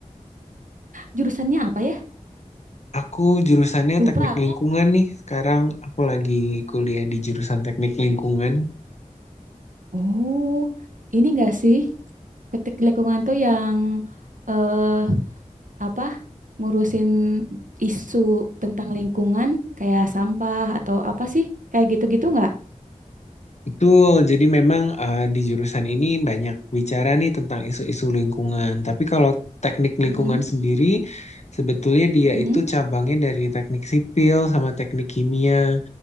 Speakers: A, on the right; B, on the left.
A: Jurusannya apa ya?
B: aku jurusannya
A: Lupa
B: teknik
A: aku.
B: lingkungan nih. Sekarang aku lagi kuliah di jurusan teknik lingkungan.
A: Oh, ini enggak sih? Teknik lingkungan tuh yang eh apa? Ngurusin isu tentang lingkungan kayak sampah atau apa sih? Kayak gitu-gitu nggak?
B: Betul, jadi memang eh, di jurusan ini banyak bicara nih tentang isu-isu lingkungan. Tapi kalau teknik lingkungan
A: Mm-mm,
B: sendiri, sebetulnya dia
A: mm-mm.
B: itu cabangnya dari teknik sipil sama teknik kimia.